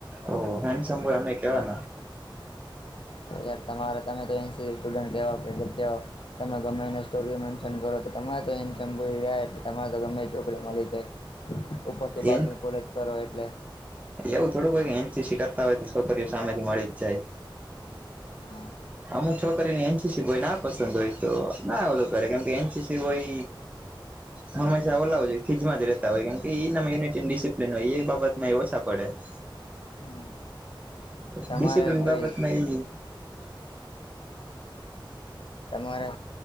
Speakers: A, on the right; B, on the left.
A: ઓહ હેન્ડસમ બોય અમે કેવાના
B: તો યાર તમારે તમે તો એનસીસી સ્ટુડન્ટ કેવાઓ એ કે અતં તમે ગમે એને સ્ટોરી મેન્શન કરો તો તમારે તો એમ સંભૂ જાય એટલે તમારે તો ગમે છોકરી મળી જાય ઉપરથી બારની
A: એન
B: કોલેજ કરો એટલે
A: એવું થોડુંક હોય કે એનસીસી કરતા હોય તો છોકરીઓ સામેથી મળી જ જાય
B: હા
A: અમુક છોકરીને એનસીસી બોય ના પસંદ હોય તો ના ઓલું કરે કેમ કે એનસીસી બોય હંમેશા ઓલા જ હોય ખીજમાં જ રહેતા હોય કેમ કે એનામ યુનિટી ડિસિપ્લિન હોય એ બાબતમાં એ ઓછા પડે <inaudible>
B: હમ તમારે
A: ડિસિપ્લિન
B: કેવી
A: બાબત નહી
B: તમારે